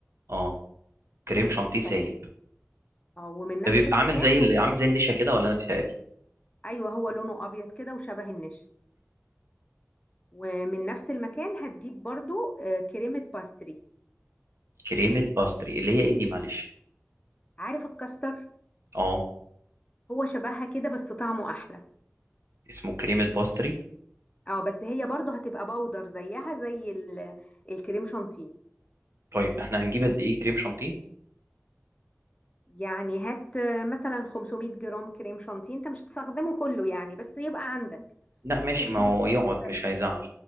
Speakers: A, on the right; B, on the left.
A: اه كريم شانتيه سايب
B: تمام اه ومن نفس
A: ده بيبقى
B: المكان
A: عامل زي اللي
B: هت-
A: عامل زي النشا كده ولا أنا بيتهيألي
B: ايوه هو لونه ابيض كده وشبه النشا ومن نفس المكان هتجيب برضو آه، كريمه باستري
A: كريمة باستري اللي هي ايه دي معلش
B: عارف الكاستر
A: اه
B: هو شبهها كده بس طعمه احلى
A: اسمه كريمة باستري
B: اه بس هي برضه هتبقى باودر زيها زي ال- الكريم شانتيه
A: طيب احنا هنجيب قد ايه كريم شانتيه
B: يعني هات آه، مثلا 500 جرام كريم شانتيه انت مش هتستخدمه كله يعني بس يبقى عندك
A: لا ماشي
B: و500
A: ما هو يقعد
B: جرام
A: مش
B: بس
A: هيزعل